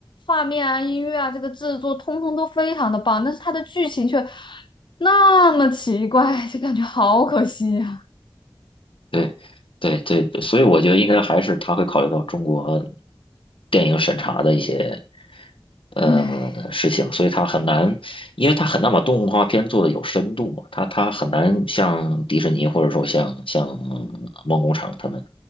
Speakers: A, on the left; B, on the left.
A: 画面啊，音乐啊，这个制作通通都非常的棒，但是它的剧情却那么奇怪，就感觉好可惜呀、啊，
B: 对，对，对，所以我觉得应该还是他会考虑到中国电影审查的一些呃事情，
A: 唉
B: 所以他很难，因为他很难把动画片做的有深度嘛，他他很难像迪士尼或者说像像梦工厂他们